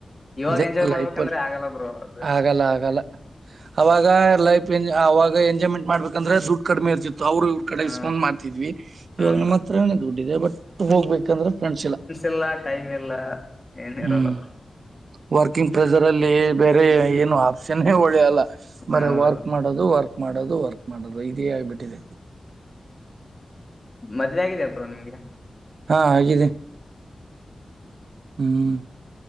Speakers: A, on the left; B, on the right.
A: ಇವಾಗ
B: ಅದೇ
A: ಎಂಜಾಯ್
B: ಲೈಫ್
A: ಮಾಡ್ಬೇಕಂದ್ರೆ
B: ಅಲ್ಲಿ
A: ಆಗಲ್ಲ ಬ್ರ ಅದು
B: ಆಗಲ್ಲ ಆಗಲ್ಲ ಅವಾಗ ಲೈಫ್ ಎಂಜ ಅವಾಗ ಎಂಜಾಯ್ಮೆಂಟ್ ಮಾಡ್ಬೇಕಂದ್ರೆ ದುಡ್ಡು ಕಡಿಮೆ ಇರ್ತಿ ಅವ್ರು ಇವ್ರ ಕಡೆ
A: ಹ
B: ಇಸ್ಕೊಂಡ್ ಮಾಡ್ತಿದ್ವಿ
A: ಹ
B: ಇವಾಗ ನಮ್ಮ
A: ಬ್ರೋ
B: ಹತ್ರವೇ ದುಡ್ಡಿದೆ ಬಟ್ ಹೋಗ್ಬೇಕಂದ್ರೆ ಫ್ರೆಂಡ್ಸ್ ಇಲ್ಲಾ
A: ಇಲ್ಲ ಟೈಮ್ ಇಲ್ಲ ಏನ್ ಇರಲ್ಲ
B: ಹ್ಮ್ ವರ್ಕಿಂಗ್ ಪ್ರೆಸರ್ ಅಲ್ಲಿ ಬೇರೆ ಏನು ಆಪ್ಷನೆ ಒಳ್ಳೆಲ್ಲ ಬರ
A: ಹಾ
B: ವರ್ಕ್
A: ಬ್ರೋ
B: ಮಾಡೋದು ವರ್ಕ್ ಮಾಡೋದು ವರ್ಕ್ ಮಾಡೋದು ಇದೆ ಬಿಟ್ಟಿದೆ
A: ಮದ್ವೆ ಆಗಿದೆ ಅಪ್ರೋ ನಿಮ್ಗೆ
B: ಹಾ ಆಗಿದೆ ಹ್ಮ್